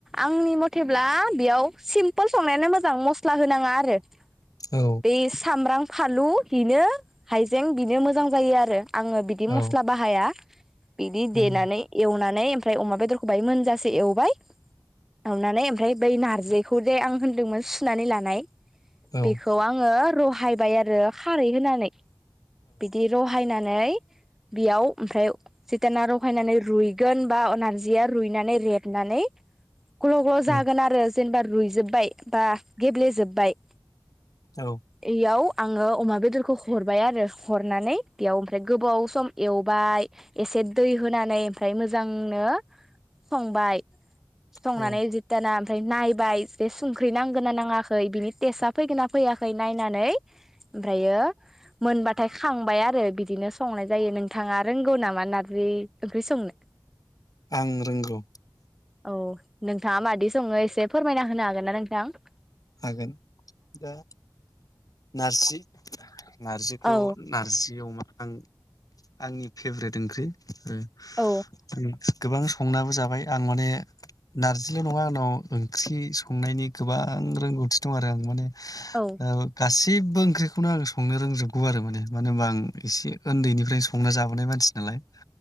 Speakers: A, in the centre; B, on the left.
A: आंनि मथेब्ला बेयाव सिम्पोल संनायानो मोजां मस्ला होनाङा आरो
B: औ।
A: बे सामब्राम फालु बिनो हाइजें बिनो मोजां जायो आरो आङो बिदि
B: औ
A: मस्ला बाहाया बिदि
B: उम, औ
A: देनानै एवनानै नै ओमफ्राय अमा बेदरखौ बाहाय मोनजसे एवबाय एवनानै ओमफ्राय बै नारजिखौ दे आं होन्दोंमोन सुनानै लानाय
B: औ
A: बेखौ आङो र हायबाय आरो खारै होनानै। बिदि रहायनानै ओमफाय बेयाव ओमफ्राय सिटाना रहायनानै रुइगोन बा नार्जिया रुइनानै रेबनानै ग्ल ग्ल
B: उम,
A: जागोन आरो जेनेबा रुयजोब बाय बा गेब्लेेजोब्बाय
B: औ।
A: इयाव आङो अमा बेदरखौ हरबाय आरो हरनानै बेयाव ओमफ्राय गोबाव सम एवबाय एसे दै होनानै ओमफ्राय मोजांनो संबाय। संनानै
B: औ
A: जित्याना नायबाय जे संख्रि नांगोन ना नाङाखै बिनि टेस्टआ फैगोन ना फैयाखै नायनानै ओमफ्रायो मोनबाथाय खांबाय आरो बिदिनो संनाय जायो। नोंथाङा रोंगौ नामा नार्जि ओंख्रि संनो?
B: आं रोंगौ।
A: औ नोंथाङा मादि सङो एसे फोरमायना होनो हागोन ना नोंथां? <inaudible>
B: हागोन दा नारजि नारजिखौ
A: औ
B: नारजि अमा आं आंनि फेभ्रेट ओंख्रि उम
A: औ
B: उम गोबां संनाबो जाबाय आं माने नारजिल' नङा आंनाव ओंख्रि संनायनि गोबां रोंगौथि दं आरो आं माने ओ
A: औ
B: गासि बो ओंख्रिखौनो आं संनो रोंजोबगौ आरो माने मानो ओनबा आं एसे ओन्दैनिफ्रायनो संना जाबोनाय मानसि नालाय ।